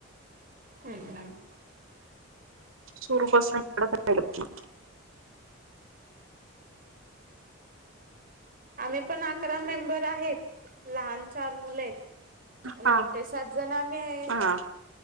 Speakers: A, on the right (about 40°); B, on the right (about 80°).
A: हम हम.
B: <unintelligible>
A: आम्ही पण अकरा मेंबर आहेत. लहान चार मुले आहेत.
B: हा
A: मोठे सात जण आम्ही आहेत.
B: हा